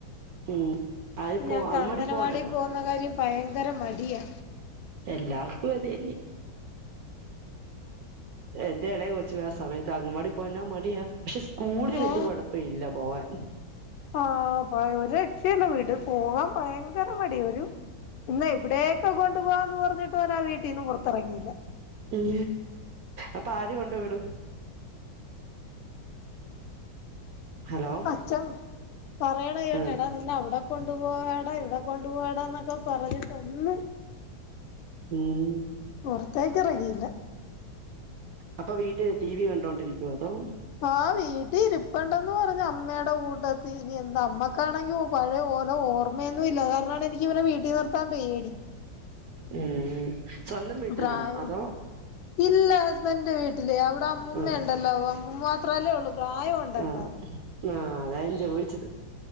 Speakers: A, on the right; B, on the left.
A: ഉം അത് പോ
B: ഞങ്ങക്ക്
A: അങ്ങവാടി
B: അങ്ങനവാടിൽ
A: പോവണ്ടപ്പം
B: പോവുന്ന കാര്യം ഭയങ്കര മടിയാ.
A: എല്ലാർക്കും അതെന്നെ. എന്റെ എളയ കൊച്ചും ആ സമയത്ത് അങ്ങൻവാടി പോവാ എന്നാ മടിയാ. പക്ഷെ സ്കൂളി വലിയ
B: ഓ
A: കൊഴപ്പ ഇല്ല പോവാൻ.
B: ആഹ് ഭയ ഒര് രക്ഷേല്ല വ്ട് പോവാൻ ഭയങ്കര മടി ഒരു. ഇന്ന് എവിടെയൊക്കെ കൊണ്ടു പോവാന്ന് പറഞ്ഞിട്ടും അവനാ വീട്ടീന്ന് പുറത്തിറങ്ങിയില്ല.
A: ഉം അപ്പൊ ആര് കൊണ്ട് വിടും? ഹലോ
B: അച്ഛൻ പറയണ കേട്ടടാ.
A: ആ
B: പിന്നെ അവിടെ കൊണ്ടു പോവാടാ ഇവിടെ കൊണ്ടു പോവാടാന്നൊക്കെ പറഞ്ഞിട്ട് ഒന്ന്
A: ഉം
B: പൊറത്തേക്കിറങ്ങിയില്ല.
A: അപ്പൊ വീട്ടില് ടി വി കണ്ടോണ്ടിരിക്കുവോ അതോ.
B: ആ വീട്ടിൽ ഇരിപ്പണ്ടന്ന് പറഞ്ഞ് അമ്മയുടെ കൂട്ടത്തി ഇനി എന്താ അമ്മ. ക്കാണെങ്കിൽ പഴയ ഓലെ ഓർമ്മയൊന്നും ഇല്ല അത് കാരണാണ് എനിക്കിവനെ വീട്ടി നിർത്താൻ പേടി.
A: ഉം സ്വന്തം വീട്ടിലാണോ
B: പ്രായോ
A: അതോ
B: ഇല്ല ഹസ്ബൻഡിന്റെ വീട്ടില് അവിടെ അമ്മൂമ്മ
A: ആഹ്
B: ഉണ്ടല്ലാവോ അമ്മൂമ്മ. ത്രല്ലേയുള്ളൂ പ്രായം ഒണ്ടല്ല.
A: ആഹ് ആഹ് അതാ ഞാൻ ചോയിച്ചത്.